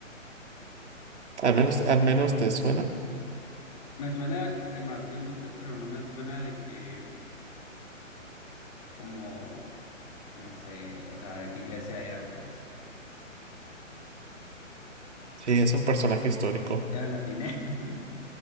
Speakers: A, on the right (about 60°); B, on the left (about 30°).
A: Al menos, al menos te suena.
B: <laughs> me suena el Martín Luther, pero no me suena de que como, no sé, o sea, de qué iglesia era, pues.
A: Sí, es un personaje histórico.
B: Era latiné. <laughs>